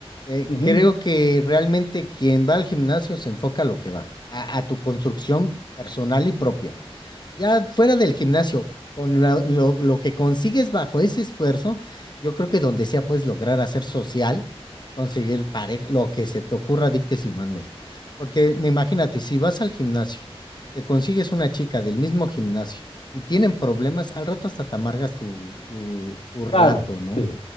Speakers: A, on the left (about 45°); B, on the left (about 75°).
A: eh,
B: Ujú.
A: creo que realmente quien va al gimnasio se enfoca a lo que va, a, a tu construcción personal y propia. Ya fuera del gimnasio, con la- lo, lo que consigues bajo ese esfuerzo, yo creo que donde sea puedes lograr hacer social, conseguir pareja, lo que se te ocurra, dictes y mandes. Porque me imagínate, si vas al gimnasio, te consigues una chica del mismo gimnasio y tienen problemas, al rato hasta te amargas tu, tu, tu rato,
B: Claro,
A: ¿no?
B: sí,